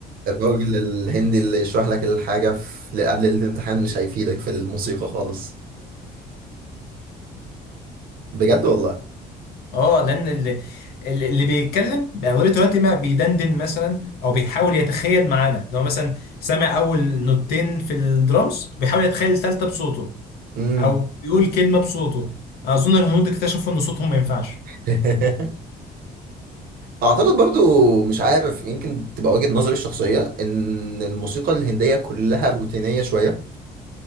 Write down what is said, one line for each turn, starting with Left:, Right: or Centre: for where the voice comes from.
Right: الراجل الهندي اللي يشرح لك الحاجه في قبل ليله الامتحان مش هيفيدك في الموسيقى خالص بجد والله
Left: اه لان اللي, اللي بيتكلم اغلبيه الوقت ما بيدندن مثلا او بيحاول يتخيل معانا لو مثلا سامع اول نوتين في الدرامز بيحاول يتخيل الثالثه بصوته
Right: امم
Left: او بيقول كلمه بصوته اظن الهنود اكتشفوا ان صوتهم ما ينفعش
Right: <laughs> اعتقد برضو مش عارف يمكن تبقى وجهة نظري الشخصيه ان الموسيقى الهنديه كلها روتينيه شويه